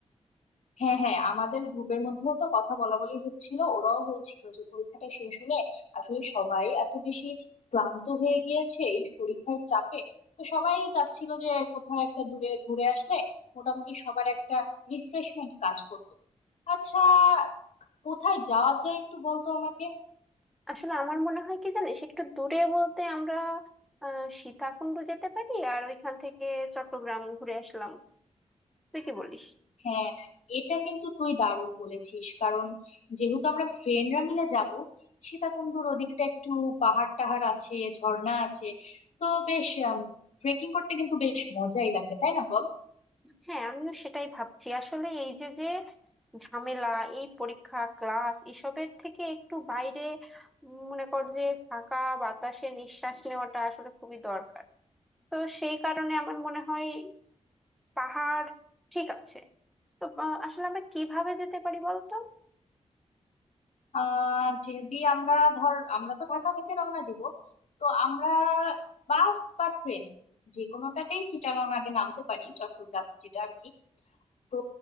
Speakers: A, on the left (about 70°); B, in the centre.
A: হ্যাঁ হ্যাঁ আমাদের গ্রুপের মধ্যেও তো কথা বলা বলি হচ্ছিল ওরাও বলছিল যে পরীক্ষাটা শেষ হলে আসলে সবাই এত বেশি ক্লান্ত হয়ে গিয়েছে এই পরীক্ষার চাপে তো সবাই চাচ্ছিল যে কোথাও একটা দূরে ঘুরে আসলে মোটামুটি সবার একটা রিফ্রেশমেন্ট কাজ করতো আচ্ছা কোথায় যাওয়া যায় একটু বলতো আমাকে
B: আসলে আমার মনে হয় কি জানিস একটু দূরে বলতে আমরা আহ সীতাকুণ্ড যেতে পারি আর ওইখান থেকে চট্টগ্রাম ঘুরে আসলাম তুই কি বলিস
A: হ্যাঁ এটা কিন্তু তুই দারুণ বলেছিস কারণ যেহেতু আমরা ফ্রেন্ডরা মিলে যাব সীতাকুণ্ডুর ওদিকটা একটু পাহাড় টাহাড় আছে ঝর্ণা আছে তো বেশ ট্রেকিং করতে কিন্তু বেশ মজাই লাগবে তাই না বল
B: হ্যাঁ আমিও সেটাই ভাবছি আসলে এই যে যে ঝামেলা এই পরীক্ষা ক্লাস এসবের থেকে একটু বাইরে উম, মনে কর যে ফাঁকা বাতাসে নিঃশ্বাস নেওয়াটা আসলে খুবই দরকার তো সেই কারণে আমার মনে হয় পাহাড় ঠিক আছে তো আহ, আসলে আমরা কিভাবে যেতে পারি বলতো
A: আহ যদি আমরা ধর আমরা তো ঢাকা থেকে রওনা দিব তো আমরা বাস বা ট্রেন যে কোনোটাতেই চিটাগং আগে নামতে পারি চট্টগ্রাম যেটা আর কি তো